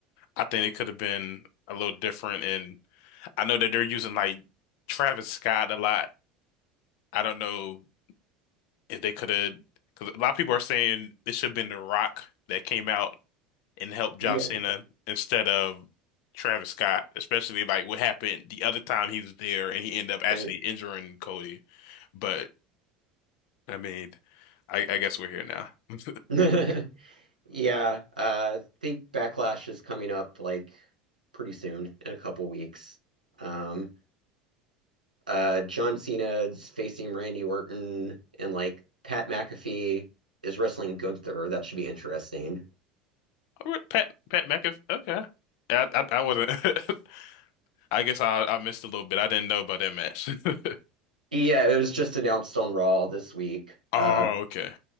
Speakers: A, on the left; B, on the right.
A: I think it could have been a little different and I know that they're using like Travis Scott a lot. I don't know if they could have because a lot of people are saying it should have been The Rock that came out. and help John
B: yeah,
A: Cena instead of Travis Scott, especially like what happened the other time he was there and he ended up actually
B: I knew-
A: injuring Cody. But I mean, I, I guess we're here now. <laughs>
B: <laughs> yeah. Uh, I think Backlash is coming up like pretty soon in a couple weeks. Um, uh John Cena's facing Randy Orton and like Pat McAfee is wrestling Gunther. That should be interesting.
A: All right, Pat Pat McAfee. Okay, I I, I wasn't. <laughs> I guess I I missed a little bit. I didn't know about that match. <laughs>
B: Yeah, it was just announced on Raw this week.
A: Oh,
B: Uh
A: okay,